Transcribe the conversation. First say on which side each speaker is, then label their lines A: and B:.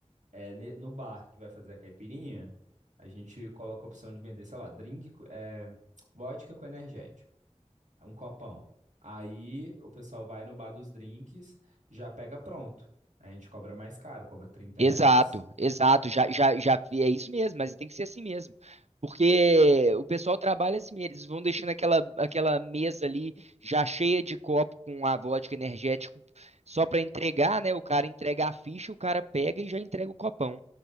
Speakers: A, on the right; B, on the right.
A: é, ne- no bar que vai fazer a caipirinha, a gente coloca a opção de vender, sei lá, drink, co- é, vodka com energético, um copão. Aí o pessoal vai no bar dos drinks, já pega pronto. A gente cobra mais caro, cobra 30
B: Exato,
A: reais.
B: exato, já, já, já é isso mesmo, mas tem que ser assim mesmo. Porque o pessoal trabalha assim, eles vão deixando aquela, aquela mesa ali já cheia de copo com a vodka energético só para entregar, né? O cara entrega a ficha, o cara pega e já entrega o copão.